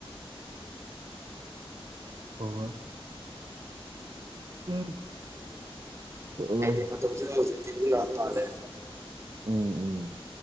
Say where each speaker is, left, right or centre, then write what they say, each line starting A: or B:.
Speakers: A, on the right; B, on the right.
A: ꯍꯣꯏ ꯎꯝ ꯑꯣ
B: ꯀꯩꯅꯦ ꯃ ꯃꯇꯝ ꯍꯧꯖꯤ ꯂ ꯃꯥꯂꯦ <unintelligible>
A: ꯎꯝ ꯎꯝ